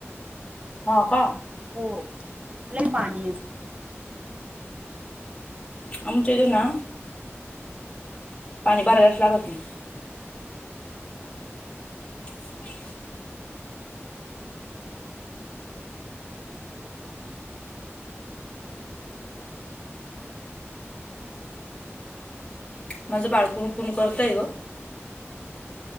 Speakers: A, on the left; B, on the right.
A: हो का?
B: हो लई पाणी
A: आमच्या इथे ना पाणी बरायला लागत नाही. <unintelligible> माझं बाळ कुणकुण करतय ग.